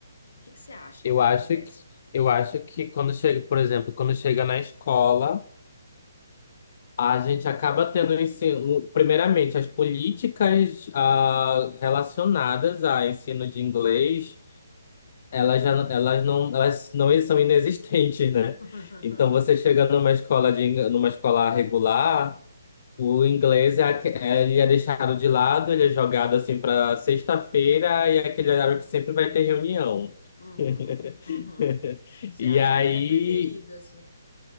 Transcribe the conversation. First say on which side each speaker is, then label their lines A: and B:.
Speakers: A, on the left; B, on the left.
A: O que que você acha
B: Eu
A: que acontece?
B: acho que, eu acho que quando chega, por exemplo, quando chega na escola, a gente acaba tendo um ensino, primeiramente, as políticas ah, relacionadas a ensino de inglês, elas já, não- elas não, elas não <laughs> são inexistentes, né?
A: <laughs>
B: Então você chega numa escola de, ing- numa escola regular, o inglês é, aque- é- ele é deixado de lado, ele é jogado assim para sexta-feira e é aquele horário que sempre vai ter reunião.
A: Uhum,
B: <laughs>
A: uhum. Você
B: E
A: acha
B: aí
A: que ele é preterido, assim?